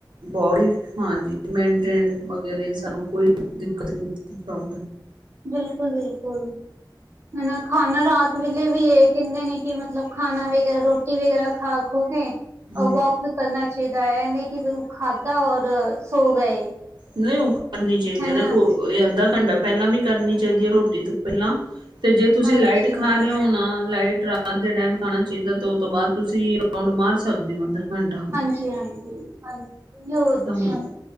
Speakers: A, on the right; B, on the right.
A: ਬੋਡੀ <inaudible> ਹਾਂਜੀ, ਮਨਟੈਨ ਮਗਰ ਏ ਸਾਨੂੰ ਕੋਈ ਦਿੱਕਤ <unintelligible>
B: ਬਿਲਕੁੱਲ-ਬਿਲਕੁੱਲ। ਹਨਾ ਖਾਣਾ ਰਾਤ ਵੇਲੇ ਵੀ ਏ ਕੈਂਦੇ ਨੇ ਕੀ ਮਤਲਬ ਖਾਣਾ ਵੈਗੇ ਰੋ ਟੀ ਵਗੈਰਾ ਖਾ-ਖੂ ਕੇ
A: ਹੂੰ
B: ਓ ਵੋਕ ਵੀ ਕਰਨਾ ਚਾਈਦੈ ਐ ਨੀ ਕੀ ਖਾਧਾ ਔਰ ਸੌ ਗਏ।
A: ਨਈ <unintelligible> ਕਰਨੀ ਚਾਈਦੀ
B: ਹਨਾ
A: ਆ ਦੇਖੋ, ਅੱਧਾ ਘੰਟਾ ਪੈਲਾਂ ਵੀ ਕਰਨੀ ਚਾਈਦੀ ਆ ਰੋਟੀ ਤੋਂ ਪੈਲਾ ਤੇ ਜੇ ਤੁਸੀਂ
B: ਹਾਂਜੀ
A: ਲਾਈਟ ਖਾਰੇ ਓ ਨਾ ਲਾਈਟ ਰਾ ਰਾਤ ਦੇ ਟੈਮ ਖਾਣਾ ਚਾਈਦਾ ਤੇ, ਓ ਤੋ ਬਾਦ ਤੁਸੀ ਰੋਂਡ ਮਾਰ ਸਕਦੇ ਉਧਰ ਘੰਟਾ ਹੋਰ।
B: ਹਾਂਜੀ- ਹਾਂਜੀ <unintelligible>
A: ਹੁੰਦਾ
B: ਹਾਂ